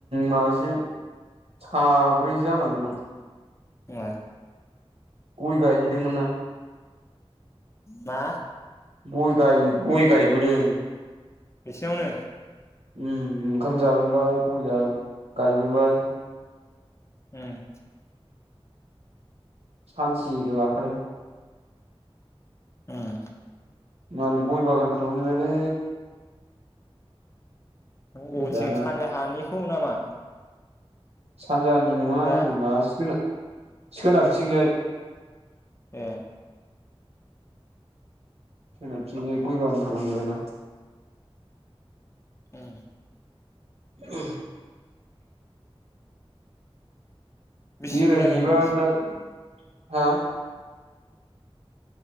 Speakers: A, on the right (about 85°); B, on the left (about 25°).
A: मासे साब्रै जालांदोंमोन
B: ए
A: गय गायहैदोंमोन ना
B: मा
A: गय गाय गय गायबोदों
B: बेसिनियावनो
A: उम ओंखाम जाबोबाय गया गायबोबाय
B: हम
A: सानसे हो लाखादों
B: हम
A: मालाय गय बागान खालामजोबबायलै
B: अबेथिं
A: दाना
B: सानजा हानि खौ नामा?
A: सानजा नि नङा
B: हो
A: ओरै माबाथिं ओरै सोनाबथिंजाय
B: ए
A: सोनाब थिंजाय गय बागान खालाम जोबायना
B: उम
A: औ
B: बेसि
A: बेरायहैबा
B: बुरजा दंमोन
A: दा हा